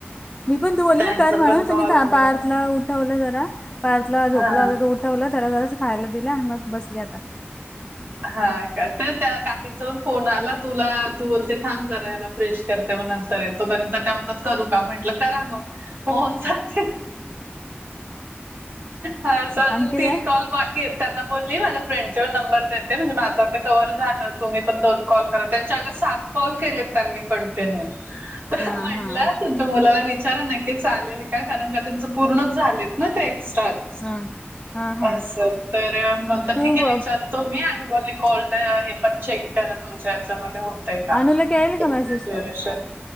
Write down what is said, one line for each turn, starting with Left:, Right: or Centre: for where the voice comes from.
Left: मी पण त बोलले
Right: त्यांचा
Left: ना कर म्हणून
Right: पण
Left: त
Right: कॉल
Left: मी
Right: आलेला
Left: पार्थला उठवलं जरा पार्थला झोपला
Right: हा
Left: होता तो ठवलं त्याला जरास खायला दिलं आणि मग बसली आता.
Right: हा का तर त्या काकींचा पण फोन आला तुला तू बोलते थांब जरा याला प्रेश करते मग नंतर तोपर्यंत त्या म्हणतात करू का म्हंटलं करा मग होऊन जाते. हा अस अजून
Left: अंकिता
Right: तीन कॉल बा कीयेत त्यांना बोलली माझ्या फ्रेंडचे पण नंबर देते म्हणजे माझं आता कव्हवर झालं. तुम्ही पण दोन कॉल करा त्यांच्या अगं सात कॉल केले त्यांनी कंटिन्यू. म्हटलं
Left: हा हा.
Right: तुमच्या मुलाला विचारा नक्की चालेल का कारण का त्यांचं पूर्णच झालेत. म ते एक्स्ट्राच
Left: सांगेल. हा हा
Right: अस
Left: हा
Right: तर म
Left: तू
Right: ठीके विचारतो मी आणि बोली कोल्ड हे पण चेक करा तुमच्या याच्यामध्ये होतय का
Left: अनुला केलेला का मेसेज
Right: ड्युरेशन.
Left: तू?